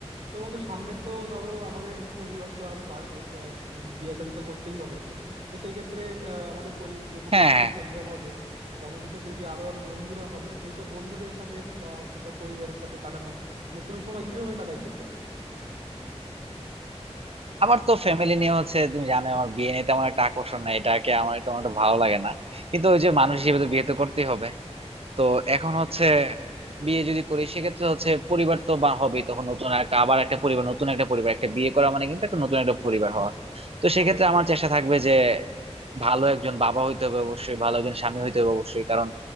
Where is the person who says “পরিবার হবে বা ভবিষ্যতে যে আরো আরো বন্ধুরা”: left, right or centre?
Right